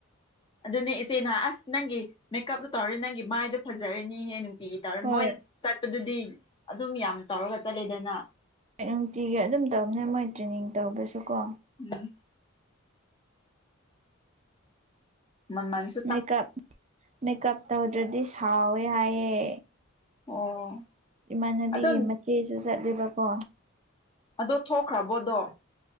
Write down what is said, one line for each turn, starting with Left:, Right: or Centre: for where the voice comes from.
Left: ꯑꯗꯨꯅꯦ ꯏꯆꯦ ꯑꯁ ꯅꯪꯒꯤ ꯃꯦꯀꯞꯇꯣ ꯇꯧꯔꯅꯤ ꯅꯪꯒꯤ ꯃꯥꯏꯗꯣ ꯐꯥꯖꯔꯅꯤ ꯍꯦ ꯅꯨꯡꯇꯤꯒꯤ ꯇꯧꯔꯅꯤ
Right: ꯍꯣꯏ
Left: ꯃꯣꯏꯅ ꯆꯠꯄꯗꯨꯗꯤ ꯑꯗꯨꯝ ꯌꯥꯝ ꯇꯧꯔꯒ ꯆꯠꯂꯦꯗꯅ
Right: ꯅꯨꯡꯇꯤꯒꯤ ꯑꯗꯨꯝ ꯇꯧꯕꯅꯦ ꯃꯣꯏ ꯇ꯭ꯔꯦꯅꯤꯡ ꯇꯧꯕꯁꯨ ꯀꯣ
Left: ꯑꯝ ꯃꯥꯃꯟꯁ
Right: ꯃꯦꯀꯞ ꯃꯦꯀꯞ ꯇꯧꯗ꯭ꯔꯗꯤ ꯁꯥꯎꯋꯦ ꯍꯥꯏꯌꯦ
Left: ꯑꯣ
Right: ꯏꯃꯥꯟꯅꯕꯤꯒꯤ
Left: ꯑꯗꯣ
Right: ꯃꯆꯦꯁꯨ ꯆꯠꯂꯦꯕꯀꯣ
Left: ꯑꯗꯣ ꯊꯣꯛꯈ꯭ꯔꯕꯣꯗꯣ